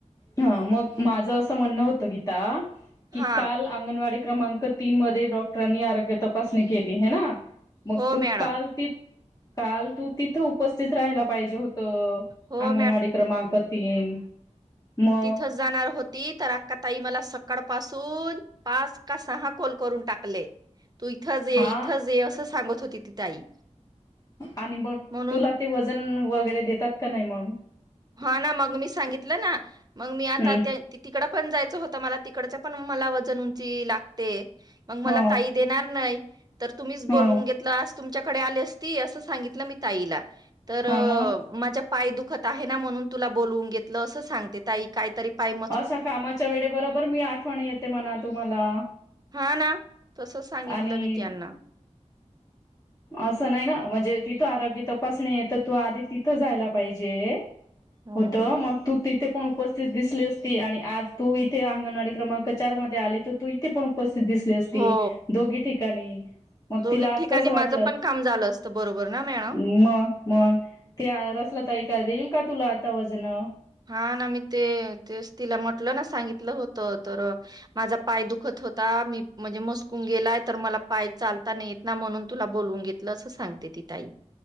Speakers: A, on the left; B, on the right.
A: ह मग माझं असं म्हणणं होतं गीता
B: हा
A: की काल अंगणवाडी क्रमांक तीन मध्ये डॉक्टरांनी आरोग्य तपासणी केली हे ना मग
B: हो
A: तू
B: मॅडम
A: काल ति काल तू तिथं उपस्थित राहायला पाहिजे हो त
B: हो
A: अंगणवाडी क्रमांक तीन मग
B: तिथच जाणार होती तर अक्का ताई मला सकाळ पासून पाच का सहा कोल करून टाकले. तू इथंज ये
A: हा
B: इथंज ये असं सांगत होती ती ताई.
A: आणि बघ
B: म्हणून
A: तुला ते वजन वगैरे देतात का नाही मग?
B: हा ना मग मी सांगितलं ना मग मी आता
A: हम्म
B: त्या ती तिकडं पण जायचं होतं मला तिकडच्या पण मला वजन उंची लागते मग मला
A: हो
B: ताई देणार नाही तर तुम्हीच
A: हो
B: बोलवून घे तलास आज तुमच्याकडे आली असती अस सांगितलं मी ताईला तर
A: हा मग
B: माझ्या पाय दुख ता आहे ना म्हणून तुला बोलवून घेतलं असं सांगते ताई. काही तरी पाय म
A: असा कामाच्या वेळे बरोबर मी आठवणी येते म्हणा तुम्हाला.
B: हा ना तसच सांगितलं
A: आणि
B: मी त्यांना.
A: असं नाही ना म्हणजे तिथं आरोग्य तपासणी आहे तर तू आदी तिथं जायला पाहिजे.
B: हो
A: होतं मग तू तिथे पण उपस्थित दिसली असती आणि आज तू इथे अंगणवाडी क्रमांक चार मध्ये आली तर तू ती थे उपस्थित दिसली असती
B: हो
A: दोघी ठिकाणी मग
B: दोघी
A: तिला आज
B: ठिकाणी
A: कसं
B: माझं
A: वाट
B: पण काम झालं असतं बरोबर ना मॅडम.
A: मग मग ते आय रसलं ताई काय देईल का तुला आता वजनं.
B: हा ना मी ते तेच तिला म्हटलं ना सांगितलं होतं तर माझा पाय दुखत होता मी म्हणजे मसकून गेलाय तर मला पाय चालता नाही येत ना म्हणून तुला बोलवून घेत तला असं सांगते ती ताई.